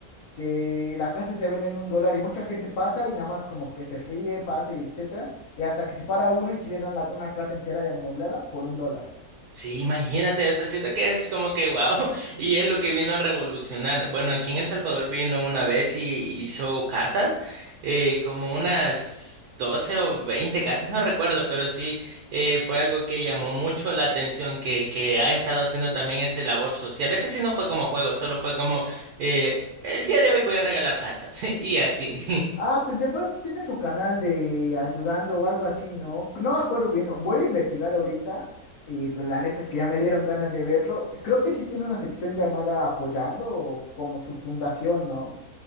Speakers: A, on the left; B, on the right.
A: que la casa se vende en un dólar, y mucha gente pasa y nada más como que se ríe, pasa y etcétera, y hasta que se para uno y si le dan la- una casa entera y amueblada por un dólar.
B: Sí, imagínate, o sea, siento que es como que wow, <laughs> y es lo que vino a revolucionar. Bueno, aquí en El Salvador vino una vez y hizo casas, eh, como unas 12 o 20 casas, no recuerdo, pero sí eh, fue algo que llamó mucho la atención, que, que ha estado haciendo también ese labor social. Ese sí no fue como juego, solo fue como, eh, el día de hoy voy a regalar casas, <laughs> y así.
A: Ah, pues de pronto tiene su canal de ayudando o algo así, ¿no? No me acuerdo bien. ¿no? Voy a investigar ahorita. Y pues la neta es que ya me <laughs> dieron ganas de verlo. Creo que sí tiene una sección llamada Apoyando o como su fundación, ¿no?